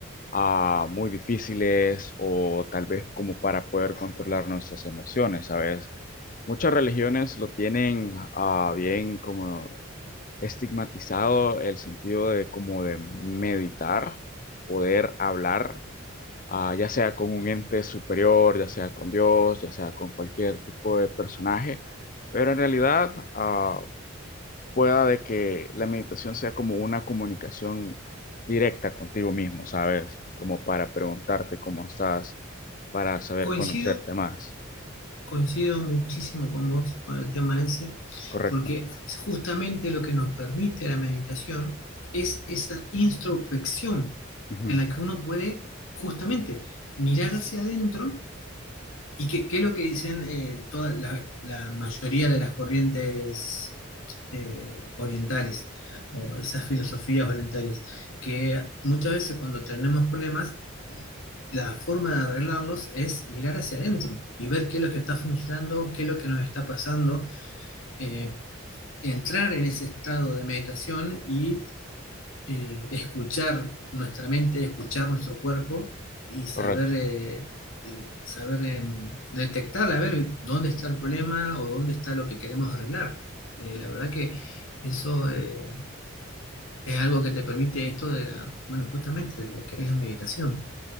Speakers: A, on the left; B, on the left.
A: ah, muy difíciles o tal vez como para poder controlar nuestras emociones, ¿sabes? Muchas religiones lo tienen ah, bien como estigmatizado el sentido de como de meditar, poder hablar, ah, ya sea con un ente superior, ya sea con Dios, ya sea con cualquier tipo de personaje, pero en realidad ah, pueda de que la meditación sea como una comunicación directa contigo mismo, ¿sabes? Como para preguntarte cómo estás, para saber
B: Coincido,
A: conocerte más,
B: coincido muchísimo con vos con el tema ese,
A: ¿correcto?
B: porque justamente lo que nos permite la meditación es esa introspección
A: Ujú,
B: en la que uno puede justamente mirar hacia adentro ¿Y qué, qué es lo que dicen eh, toda la, la mayoría de las corrientes eh, orientales o esas filosofías orientales? Que muchas veces cuando tenemos problemas, la forma de arreglarlos es mirar hacia adentro y ver qué es lo que está funcionando, qué es lo que nos está pasando, eh, entrar en ese estado de meditación y eh, escuchar nuestra mente, escuchar nuestro cuerpo y saber,
A: Correcto.
B: eh, eh, saber em, detectar, a ver dónde está el problema o dónde está lo que queremos arreglar. Eh, la verdad que eso eh, es algo que te permite esto de la, bueno, justamente de lo que es la meditación.